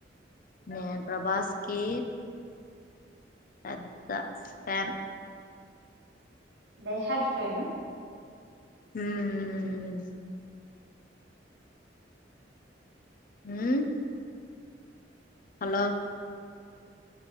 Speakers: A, on the left (about 50°); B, on the right (about 70°).
A: నేన్ ప్రభాస్కి పెద్ద ఫాన్
B: డై హార్ట్ ఫాన్ ఆ
A: హ్మ్ హు హలో